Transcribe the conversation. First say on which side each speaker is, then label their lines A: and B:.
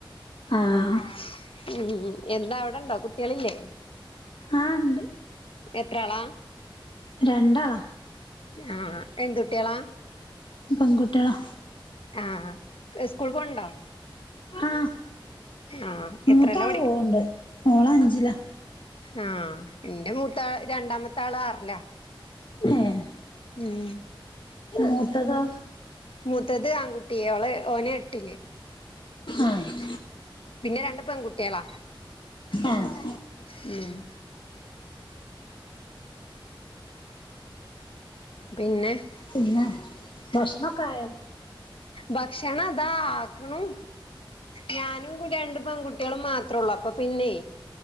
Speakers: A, on the left; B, on the left.
A: ആഹ്
B: ആ മ് മ് ഉം എന്താ അവിടെണ്ടോ കുട്ടികളില്ലേ
A: ആ ഉണ്ട്
B: എത്രാളാ
A: രണ്ടാളാ
B: അ്ഹ എന്ത് കുട്ടികള
A: പെൺകുട്ടികളാ
B: അ ആ സ്കൂൾക്ക് പോണണ്ടോ
A: അ്ഹ
B: ആഹ്
A: മൂത്താള്
B: എത്രേലാ
A: പോവണ്ട് മോള് അഞ്ചിലാ
B: അ്ഹ എന്റെ മൂത്താ രണ്ടാമത്തെ ആള് ആറില്ല
A: ഏഹ്
B: ഉം
A: മൂത്തതോ
B: മൂത്തത് ആൺകുട്ടി ഓള് ഓന് എട്ടില്
A: ആഹ്.
B: പിന്നെ രണ്ട് പെൺകുട്ടികളാ
A: ആഹ്.
B: മം. പിന്നെ?
A: പിന്നെ? ഭക്ഷണക്കെ ആയോ?
B: ഭക്ഷണം താ ആക്ണു. ഞാനും കുടി രണ്ട് പെൺകുട്ടികളും മാത്രേ ഉള്ളൂ. അപ്പൊ പിന്നെ